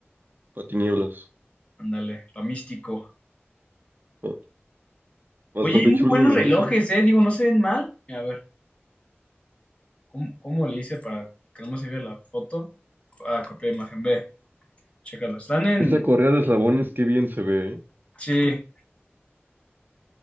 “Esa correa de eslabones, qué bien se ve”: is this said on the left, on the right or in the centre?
Right